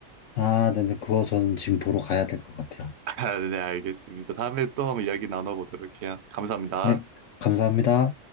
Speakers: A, on the left; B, on the right.
A: 아, 네네, 그거 저는 지금 보러 가야 될 것 같아요.
B: <laughs> 아, 네, 알겠습니다. 다음에 또 한번 이야기 나눠보도록 해요. 감사합니다.
A: 네, 감사합니다.